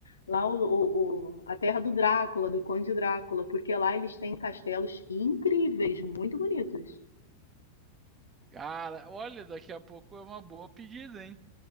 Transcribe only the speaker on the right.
Cara, olha, daqui a pouco é uma boa pedida, hein?